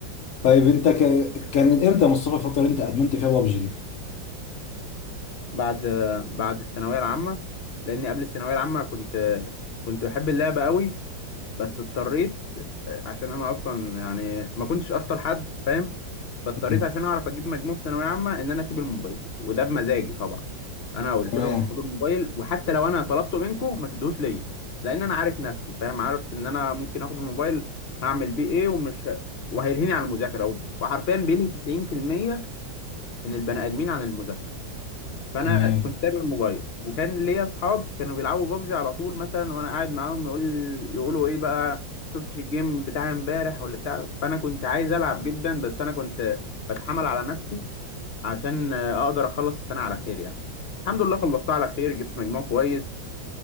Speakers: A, on the left; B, on the left.
A: طيب انت ك... كان امتى يا مصطفى الفتره اللي انت ادمنت فيها بابجي دي
B: بعد بعد الثانويه العامه لاني قبل الثانويه العامه كنت كنت بحب اللعبه قوي بس اضطريت عشان انا اصلا يعني ما كنتش اشطر حد فاهم فاضطريت
A: مم.
B: عشان اعرف اجيب مجموع في ثانويه عامه ان انا اسيب الموبايل وده بمزاجي طبعا انا قلت
A: تمام
B: لهم خدوا الموبايل وحتى لو انا طلبته منكم ما تدوش ليا لان انا عارف نفسي فاهم عارف ان انا ممكن اخد الموبايل هعمل بيه ايه ومش ه- وهيلهيني عن المذاكره وحرفيا بينهي 90% من البني ادمين عن المذاكره فانا
A: تمام
B: كنت سايب الموبايل وكان ليا اصحاب كانوا بيلعبوا بابجي على طول مثلا وانا قاعد معاهم يقول يقولوا ايه بقى شفتش الجيم بتاع امبارح ولا بتاع فانا كنت عايز العب جدا بس انا كنت بتحمل على نفسي عشان آه، اقدر اخلص السنه على خير يعني الحمد لله خلصتها على خير جبت مجموع كويس